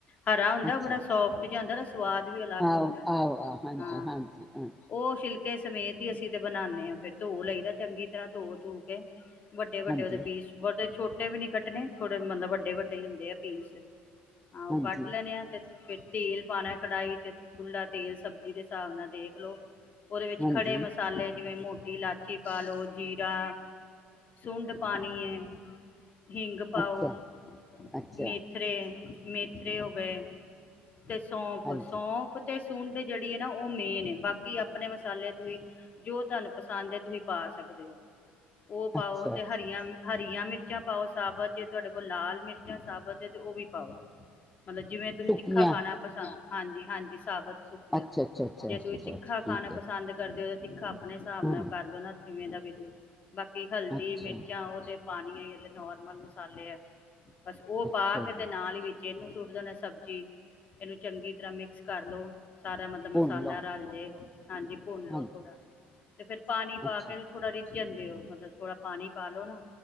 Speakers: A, on the left; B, in the centre.
A: ਹਰਾ ਹੁੰਦੈ,
B: ਅੱਛਾ
A: ਬੜਾ
B: ਅੱਛਾ
A: ਸੋਫਟ ਜਿਹਾ ਹੁੰਦੈ, ਉਹਦਾ ਸਵਾਦ ਵੀ ਅਲੱਗ
B: ਆਹੋ
A: ਹੁੰਦੈ,
B: ਆਹੋ
A: ਹ
B: ਆਹ ਹਾਂਜੀ ਹਾਂਜੀ ਹਾਂ
A: ਉਹ ਸ਼ਿਲ ਛਿਲਕੇ ਸਮੇਂਤ ਹੀ ਅਸੀਂ ਤੇ ਬਨਾਂਨੇ ਹਾਂ, ਫਿਰ ਧੋ ਲਈਦੈ, ਚੰਗੀ ਤਰ੍ਹਾਂ ਧੋ -ਧੂ ਕੇ ਵੱਡੇ -ਵੱਡੇ
B: ਹਾਂਜੀ
A: ਉਹਦੇ ਪੀਸ, ਬਹੁ ਛੋਟੇ ਕੁੱਟੇ ਵੀ ਨੀ ਕੱਟਣੇ, ਥੋੜੇ ਮਤਲਬ ਵੱਡੇ- ਵੱਡੇ ਹੀ ਹੁੰਦੇ ਆ ਪੀਸ ਆਹ ਉਹ
B: ਹਾਂਜੀ
A: ਕੱਟ ਲੈਨੇ ਆ ਤੇ ਫਿਰ ਤੇਲ ਪਾਨੈ ਕੜਾਹੀ ਚ, ਖੁੱਲਾ ਤੇਲ ਸਬਜ਼ੀ ਦੇ ਹਿਸਾਬ ਨਾਲ, ਦੇਖ ਲਓ। ਉਹਦੇ ਵਿੱਚ
B: ਹਾਂਜੀ
A: ਖੜੇ ਮਸਾਲੇ, ਜਿਵੇਂ ਮੋਟ ਇਲਾਚੀ ਪਾ ਲੋ, ਜੀਰਾ ਸੂੰਡ ਪਾਣੀ ਏ। ਹਿੰਗ ਪਾਓ,
B: ਅੱਛਾ ਅੱਛਾ
A: ਮੇਥਰੇ ਮੇਥਰੇ ਹੋ ਗਏ। ਤੇ ਸੌਂਫ,
B: ਹਾਂਜੀ
A: ਸੌਂਫ ਤੇ ਸੁੰਡ ਜਿਹੜੀ ਐ ਨਾ, ਉਹ ਮੇਨ ਏ, ਬਾਕੀ ਆਪਣੇ ਮਸਾਲੇ ਤੋਂ ਹੀ, ਜੋ ਤੁਹਾਨੂੰ ਪਸੰਦ ਐ, ਤੁਸੀਂ ਪਾ ਸਕਦੇ ਓ। ਓ ਪਾਓ
B: ਅੱਛਾ
A: ਤੇ,
B: ਅੱਛਾ
A: ਹਰੀਆਂ -ਹਰੀਆਂ, ਮ ਮਿਰਚਾਂ ਪਾਓ ਸਾਬਤ, ਜੇ ਤੁਹਾਡੇ ਕੋਲ ਲਾਲ ਮਿਰਚਾਂ ਸਾਬਤ ਐ, ਤੇ ਉਹ ਵੀ ਪਾਓ। ਮਤਲਬ ਜਿਵੇਂ, ਤੁਸੀਂ
B: ਸੁੱਕੀਆਂ
A: ਤਿੱਖਾ ਖਾਣਾ ਪਸੰਦ ਹਾਂਜੀ, ਹਾਂਜੀ ਸਾਬਤ। ਸੁੱਕੀਆਂ
B: ਅੱਛਾ, ਅੱਛਾ, ਅੱਛਾ,
A: ਜੇ
B: ਅੱਛਾ
A: ਤੁਸੀਂ ਤਿੱਖਾ ਖਾਣਾ
B: ਠੀਕ ਹੈ।
A: ਪਸੰਦ ਕਰਦੇ ਹੋ ਤਾਂ ਤਿੱਖਾ ਆਪਣੇ ਹਿਸਾਬ
B: ਹਾਂ
A: ਨਾਲ ਕਰਦੋ ਨਾ, ਕਿਵੇਂ ਦਾ ਵੀ <inaudible> ਬਾਕੀ ਹਲਦੀ,
B: ਅੱਛਾ
A: ਮਿਰਚਾਂ, ਉਹ ਤੇ ਪਾਨੀ ਐ, ਅਤੇ ਨੋਰਮਲ ਮਸਾਲੇ ਹੈ। ਬਸ ਉਹ
B: ਅੱਛਾ
A: ਪਾ ਕੇ ਤੇ
B: ਜੀ
A: ਨਾਲ ਹੀ, ਵਿੱਚ ਇਹਨੂੰ ਸੁੱਟਦੇਣੈ ਸਬਜ਼ੀ, ਇਹਨੂੰ ਚੰਗੀ ਤਰ੍ਹਾਂ ਮਿਕਸ ਕਰ ਲੋ। ਸਾਰਾ ਮਤਲਬ, ਮਸਾਲਾ
B: ਭੁੰਨ ਲਓ
A: ਰਲ ਜੇ, ਹਾਂਜੀ ਭੁੰਨ ਲੋੋ
B: ਹਾਂਜੀ
A: ਥੋੜਾ। ਤੇ ਫੇਰ ਪਾਨੀ ਪਾ
B: ਅੱਛਾ
A: ਕੇ, ਇਹਨੂੰ ਥੋੜਾ ਰਿਜ ਜਾਂਦੇ ਓ ਮਤਲਬ, ਥੋੜਾ ਪਾਨੀ ਪਾਲੋ ਨਾ।